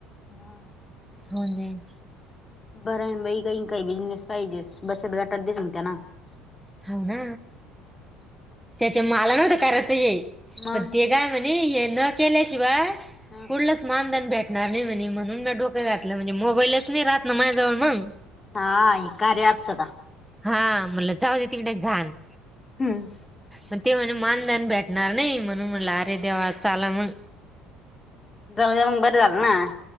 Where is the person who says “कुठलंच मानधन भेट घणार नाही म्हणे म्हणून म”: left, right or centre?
Centre